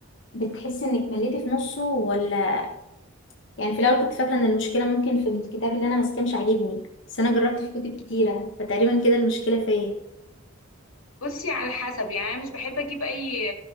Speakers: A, on the left; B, on the left.
A: بتحس انك مليتي في نصه ولا يعني في الاول كنت فاكره ان المشكله ممكن في الكتاب اللي انا ماسكاه مش عاجبني بس انا جربت في كتب كتيره فتقريبا كده المشكله فيا
B: بصي على حسب يعني أنا مش بحب أجيب أي